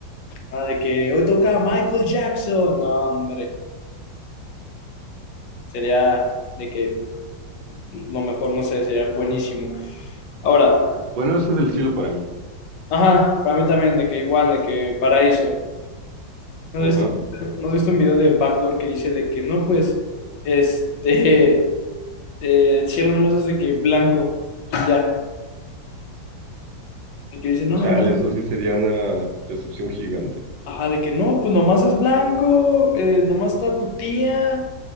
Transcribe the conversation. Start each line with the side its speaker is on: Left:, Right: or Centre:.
Left: Ah, de que hoy toca Michael Jackson. No, hombre. Sería de que lo mejor, no sé, sería buenísimo. Ahora,
Right: Bueno, ese es el cielo para mí.
Left: Ajá, para mí también, de que igual, de que paraíso. ¿No
Right: Ajá.
Left: has visto, no has visto un video de Backdoor que dice de que no, pues, este, <laughs> eh, el cielo nomás es de que blanco y ya? De que dice, no,
Right: Chale,
Left: nomás,
Right: eso sí sería una decepción gigante.
Left: ajá, de que no, pues nomás es blanco, eh, nomás está tu tía